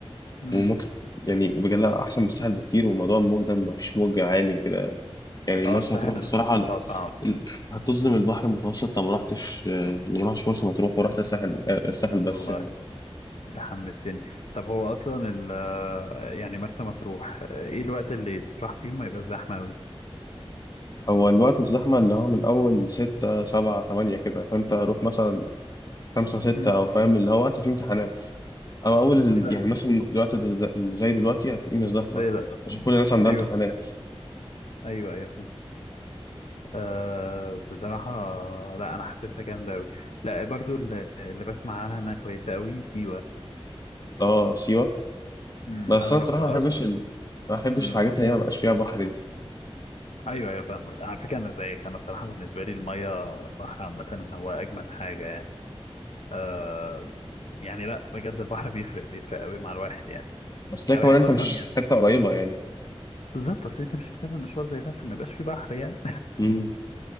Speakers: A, on the left; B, on the left.
A: م.
B: وممكن يعني بجد لا أحسن من الساحل بكتير وموضوع الموج ده مفيش موج عالي وكده يعني مرسى
A: اه الساحل
B: مطروح الصراحة لا.
A: بتاعه صعب
B: ال- هتظلم البحر المتوسط لو ما رحتش آه، لو ما رحتش مرسى مطروح ورحت الساحل آه، الساحل بس
A: والله
B: يعني
A: انت حمستني طب هو اصلا ال آه، يعني مرسى مطروح آه، ايه الوقت اللي تروح فيه ما يبقى زحمه قوي
B: هو الوقت الزحمة اللي هو من أول ستة سبعة تمانية كده فأنت روح مثلا خمسة ستة
A: مم.
B: أو فاهم اللي هو وقت فيه امتحانات أو أول ال...
A: هو فاهم
B: يعني مثلا الوقت دل- دل- اللي زي دلوقتي هتلاقيه مش زحمة
A: <laughs> زي ده
B: عشان كل الناس عندها
A: ايوه
B: امتحانات
A: ايوه ايوه فاهم آه بصراحه لا انا حاسسها جامده قوي لا برضو اللي, اللي بسمع عنها انها كويسه قوي سيوه
B: أه سيوة
A: مم.
B: بس
A: انا ما
B: أنا
A: رحتهاش
B: صراحة ما بحبش
A: مرسى
B: ال... ما بحبش
A: مم.
B: الحاجات اللي هي مبقاش فيها بحر دي
A: ايوه ايوه فاهمك على فكره انا زيك انا بصراحه بالنسبه لي الميه البحر عامه هو اجمد حاجه يعني آه يعني لا بجد البحر بيفرق بيفرق قوي مع الواحد يعني
B: أصل هي
A: انا
B: كمان
A: بحب
B: أنت
A: اصلا
B: مش حتة قريبة يعني
A: بالظبط اصل انت مش مسافر مشوار زي ده عشان ما يبقاش في بحر يعني
B: امم